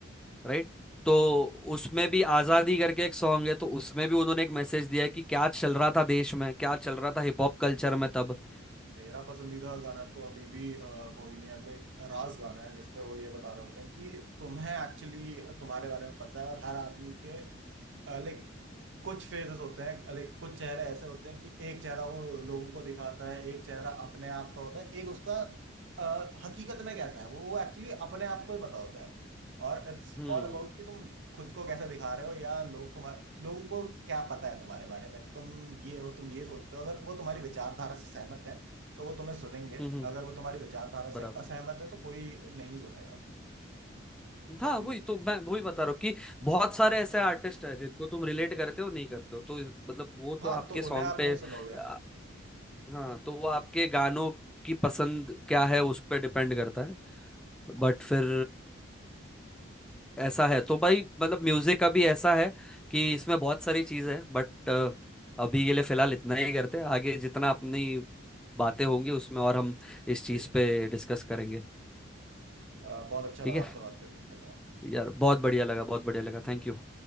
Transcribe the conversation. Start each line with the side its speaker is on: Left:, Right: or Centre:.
Centre: राइट तो उसमें भी आजादी करके एक सॉन्ग है तो उसमें भी उन्होंने एक मैसेज दिया है कि क्या चल रहा था देश में क्या चल रहा था हिप हॉप कल्चर में तब
Right: मेरा पसंदीदा गाना तो अभी भी बोहेमिया का एक राज गाना है जिसपे वो ये बता रहे होते हैं कि तुम्हें एक्चुअली तुम्हारे बारे में पता है और हर आदमी के लाइक कुछ फेजेस होते हैं लाइक कुछ चेहरे ऐसे होते हैं कि एक चेहरा वो लोगों को दिखाता है एक चेहरा अपने आप का होता है एक उसका अ, हकीकत में कैसा है वो वो एक्चुअली अपने आप को ही पता होता है और इट्स
Centre: हम्म
Right: ऑल अबाउट कि तुम खुद को कैसे दिखा रहे हो या लोग तुम्हारे लोगों को क्या पता है तुम्हारे बारे में तुम ये हो तुम ये सोचते हो अगर वो तुम्हारी विचारधारा से सहमत है तो वो तुम्हें सुनेंगे
Centre: हम्म हम्म,
Right: अगर वो तुम्हारी विचारधारा
Centre: बराबर
Right: से असहमत है तो कोई नहीं सुनेगा
Centre: था
Right: एंड
Centre: वही तो मैं वही बता रहा हूँ कि
Right: जी
Centre: बहुत सारे ऐसे आर्टिस्ट हैं जिनको तुम रिलेट करते हो नहीं करते हो तो मतलब वो
Right: हाँ
Centre: तो आपके
Right: तो
Centre: सॉन्ग
Right: उन्हें आप
Centre: पे
Right: नहीं सुनोगे
Centre: आ, हाँ तो वो आपके गानों की पसंद क्या है उस पर डिपेंड करता है बट फिर अ, ऐसा है तो भाई मतलब म्यूजिक अभी ऐसा है कि इसमें बहुत सारी चीज है बट अभी के लिए फिलहाल इतना ही करते हैं आगे जितना अपनी बातें होंगी उसमें और हम इस चीज
Right: जी
Centre: पे डिस्कस करेंगे
Right: अ, बहुत अच्छा
Centre: ठीक
Right: लगा
Centre: है
Right: आपसे बात करके धन्यवाद
Centre: यार बहुत बढ़िया लगा बहुत बढ़िया लगा थैंक यू